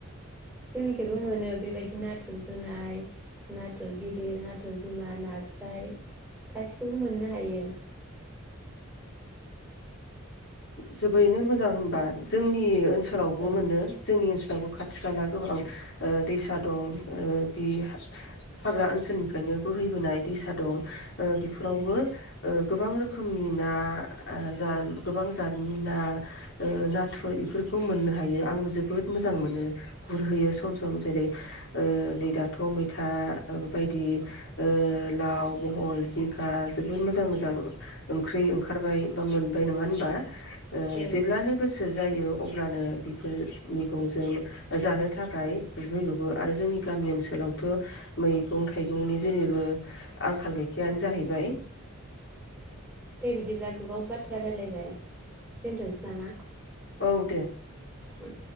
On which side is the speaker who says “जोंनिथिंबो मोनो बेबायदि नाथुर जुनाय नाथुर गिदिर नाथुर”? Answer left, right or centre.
Centre